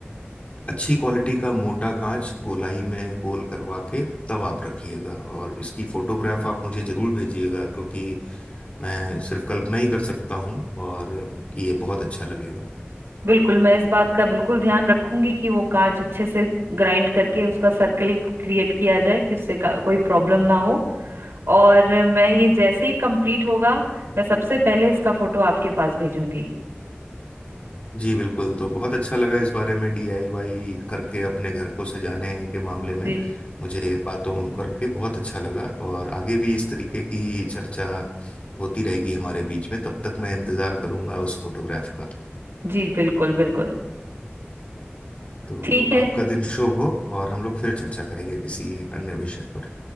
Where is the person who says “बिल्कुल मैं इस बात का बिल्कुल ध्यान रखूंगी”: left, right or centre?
Right